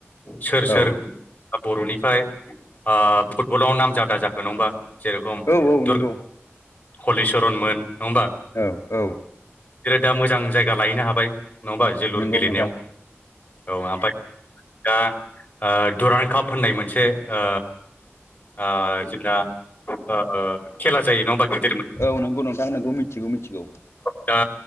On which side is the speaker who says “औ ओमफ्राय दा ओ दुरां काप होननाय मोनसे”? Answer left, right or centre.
Left